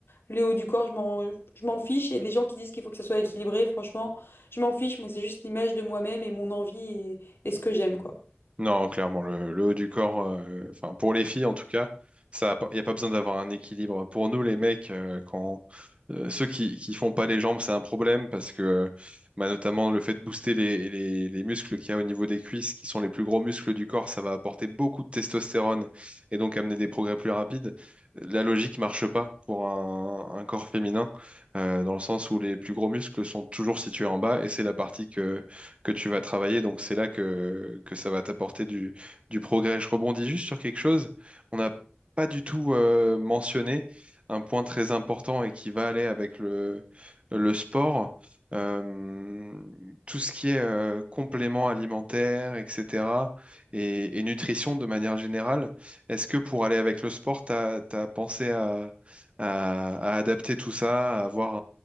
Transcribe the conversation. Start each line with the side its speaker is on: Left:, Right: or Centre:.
Left: le haut du corps, je m'en, je m'en fiche. Et les gens qui disent qu'il faut que ça soit équilibré, franchement, je m'en fiche. Moi, c'est juste l'image de moi-même et mon envie et et ce que j'aime, quoi.
Right: Non, clairement, le, le haut du corps, euh, enfin pour les filles en tout cas, ça, il n'y a pas besoin d'avoir un équilibre. Pour nous, les mecs, euh, quand euh, ceux qui, qui font pas les jambes, c'est un problème parce que euh, bah, notamment le fait de booster les, les, les muscles qu'il y a au niveau des cuisses, qui sont les plus gros muscles du corps, ça va apporter beaucoup de testostérone et donc amener des progrès plus rapides. La logique marche pas pour un, un corps féminin, euh, dans le sens où les plus gros muscles sont toujours situés en bas et c'est la partie que que tu vas travailler. Donc c'est là que, que ça va t'apporter du, du progrès. Je rebondis juste sur quelque chose. On n'a pas du tout euh, mentionné un point très important et qui va aller avec le, le sport. Euh, tout ce qui est euh, compléments alimentaires, etc., et, et nutrition de manière générale. Est-ce que pour aller avec le sport, tu as, pensé à, à- à adapter tout ça, à avoir